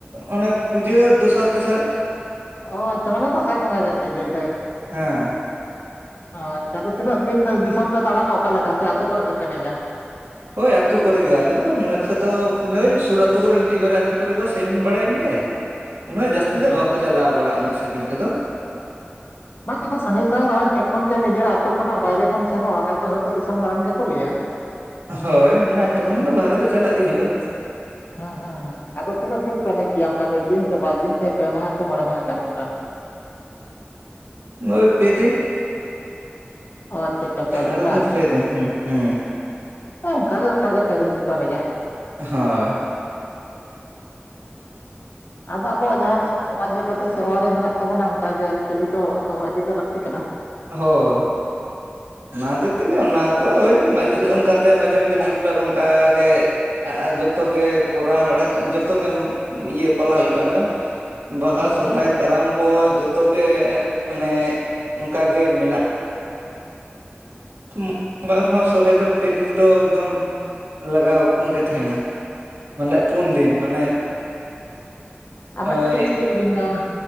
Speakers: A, on the right; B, on the left.
A: ᱚᱱᱮ ᱯᱩᱡᱟᱹ ᱫᱚᱥᱟᱨ ᱛᱮᱥᱟᱨ ᱾
B: ᱚ ᱟᱪᱪᱷᱟ ᱢᱟᱱᱮ ᱫᱟᱸᱥᱟᱭ ᱵᱚᱸᱜᱟ ᱜᱮ ᱟᱨᱠᱤ ᱞᱟᱹᱭ ᱛᱟᱭ
A: ᱦᱮᱸ
B: ᱾ ᱟᱪᱪᱷᱟ ᱟᱫᱚ ᱛᱤᱱᱟᱹᱜ ᱫᱤᱱ ᱫᱤᱥᱚᱢ ᱯᱮ ᱫᱟᱬᱟᱱᱟ? ᱚᱠᱟᱞᱮᱠᱟ ᱥᱮ ᱟᱹᱛᱩ ᱠᱚᱨᱮ ᱜᱮᱯᱮ ᱮᱱᱮᱡᱟ?
A: ᱦᱳᱭ ᱟᱛᱩ ᱠᱚᱨᱮ ᱜᱮ ᱾ ᱟᱞᱮ ᱫᱚ ᱩᱱᱟᱹᱠᱴᱟ ᱫᱚ ᱥᱩᱨ ᱟᱹᱛᱩ ᱠᱚᱨᱮ ᱢᱤᱫᱴᱤᱡ ᱵᱟᱨᱭᱟ ᱟᱹᱛᱩ ᱠᱚᱨᱮ ᱠᱚ ᱥᱮᱱ ᱵᱟᱲᱟᱭᱮᱱ ᱜᱮ ᱾ ᱩᱱᱟᱹᱜ
B: ᱟᱪᱪᱷᱟ
A: ᱡᱟᱹᱥᱛᱤ ᱫᱚ
B: ᱟᱪᱪᱷᱟ
A: ᱵᱟᱠᱚ ᱪᱟᱞᱟᱣ ᱵᱟᱲᱟᱜᱼᱟ, ᱩᱱᱟᱹᱜ ᱥᱟᱺᱜᱤᱧ ᱠᱚᱫᱚ ᱾
B: ᱵᱟᱝ ᱟᱫᱚ ᱥᱟᱺᱜᱤᱧ ᱵᱟᱝ ᱨᱮᱦᱚᱸ ᱡᱚᱠᱷᱚᱱ ᱜᱮ ᱱᱤᱡᱮᱨ ᱟᱛᱩ ᱠᱷᱚᱱᱟᱜ ᱵᱟᱭᱨᱮ ᱵᱚᱱ ᱥᱮᱱᱚᱜᱼᱟ, ᱚᱱᱟ ᱫᱚ ᱦᱚᱭᱛᱳ ᱫᱤᱥᱚᱢ ᱫᱟᱲᱟᱱ ᱜᱮᱠᱚ ᱞᱟᱹᱭᱟ ᱾
A: ᱦᱳᱭ ᱢᱟᱱᱮ ᱟᱛᱩ ᱠᱷᱚᱱᱟᱜ ᱫᱚ ᱵᱟᱨᱦᱮ ᱫᱚ ᱪᱟᱞᱟᱜ ᱜᱮ ᱦᱩᱭᱩᱜᱼᱟ ᱾
B: ᱦᱮᱸ ᱦᱩᱸ ᱦᱩᱸ, ᱟᱫᱚ ᱛᱤᱱᱟᱹᱜ ᱫᱤᱱ ᱯᱮ ᱮᱱᱮᱡ ᱜᱮᱭᱟ ᱚᱱᱠᱟ ᱢᱤᱫ ᱫᱤᱱ, ᱥᱮ ᱵᱟᱨ ᱫᱤᱱ, ᱥᱮ ᱯᱮ ᱢᱟᱦᱟ, ᱥᱮ ᱢᱚᱬᱮ ᱢᱟᱦᱟ ᱜᱟᱱ ᱚᱝᱠᱟ?
A: ᱮᱭ ᱯᱮ ᱫᱤᱱ ᱾
B: ᱚ ᱟᱪᱪᱷᱟ ᱟᱪᱪᱷᱟ ᱯᱮᱫᱤᱱ
A: ᱟᱞᱮ
B: ᱵᱟᱝ
A: ᱫᱚ ᱯᱮ ᱫᱤᱱ ᱦᱩᱸ ᱦᱩᱸ
B: ᱾ ᱚᱱᱠᱟ ᱜᱮ ᱜᱚᱴᱟ ᱜᱮ ᱯᱮ ᱫᱤᱱ ᱜᱮᱠᱚ ᱮᱱᱮᱡᱟ ᱾
A: ᱦᱚᱸᱭ᱾
B: ᱟᱫᱚ ᱟᱵᱚᱣᱟᱜ ᱡᱟᱦᱟᱸ ᱥᱚ-ᱥᱚᱢᱟᱡᱽ ᱞᱮᱠᱟᱛᱮ ᱥᱮᱨᱣᱟ ᱨᱮ ᱢᱮᱱᱟᱜ ᱛᱟᱵᱚᱱᱟ ᱚᱝᱠᱟ ᱜᱮ ᱟᱨᱤ-ᱪᱟᱹᱞᱤ ᱫᱚ ᱫᱚᱦᱚ ᱤᱫᱤ ᱫᱚ ᱞᱟᱹᱠᱛᱤ ᱠᱟᱱᱟ᱾
A: ᱦᱳᱭ᱾ ᱚᱱᱟ ᱛᱮᱜ ᱛᱮᱜᱮ ᱚᱱᱟ ᱠᱚ ᱳᱭ ᱢᱟᱡ ᱚᱱᱠᱟᱛᱮ ᱢᱟᱡᱮ-ᱢᱚᱡᱫᱷᱮ ᱴᱩᱠ-ᱴᱟᱠ ᱚᱱᱠᱟ ᱜᱮ ᱟᱟ ᱡᱚᱛᱚ ᱜᱮ ᱠᱚᱨᱟᱣ ᱵᱟᱲᱟ ᱡᱚᱛᱚ ᱜᱮᱢ ᱩᱸ ᱤᱭᱟᱹ ᱯᱟᱞᱟᱣ ᱭᱩᱜᱼᱟ ᱱᱚᱭ 'ᱵᱟᱦᱟ',
B: ᱦᱮᱸ
A: 'ᱥᱚᱨᱦᱟᱭ',
B: ᱦᱮᱸ
A: 'ᱠᱟᱨᱟᱢ' ᱠᱚ ᱡᱚᱛᱚ ᱜᱮ ᱮᱸᱜ ᱢᱟᱱᱮᱜ ᱚᱱᱠᱟᱜᱮ ᱢᱮᱱᱟᱜ ᱢᱩᱜ, ᱵᱟᱨ ᱦᱚᱸ 'ᱥᱚᱨᱦᱟᱭ' ᱫᱚ ᱯᱮ ᱫᱤᱱ ᱫᱚ ᱮᱠᱫᱚᱢ ᱞᱟᱜᱟᱣᱚᱠ ᱜᱮ ᱛᱷᱮᱱᱟ᱾ ᱢᱟᱱᱮᱜ ᱯᱩᱱ ᱫᱤᱱ ᱢᱟᱱᱮ
B: ᱟᱵ ᱢᱮᱜᱴᱮᱱ
A: ᱳᱭ
B: ᱞᱤᱧ ᱠᱩᱞᱤ ᱞᱮᱵᱮᱱ ᱧᱟᱦ ᱜᱮ